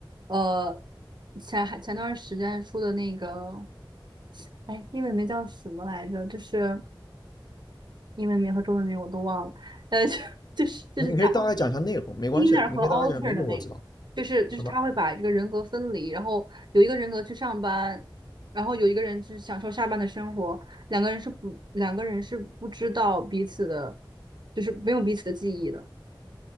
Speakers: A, on the right; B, on the left.
A: 呃，前还前段时间出的那个。哎，英文名叫什么来着？就是英文名和中文名我都忘了。呃，就 <laughs> 就是就是讲
B: 你可以大概讲一下内容，没关系的，
A: inner
B: 你可以大概讲，
A: 和 outer
B: 没容，
A: 的那个，
B: 我知道
A: 就是就是他会把这个人格分离，
B: 什么。
A: 然后有一个人格去上班，然后有一个人去享受下班的生活，两个人是不两个人是不知道彼此的，就是没有彼此的记忆的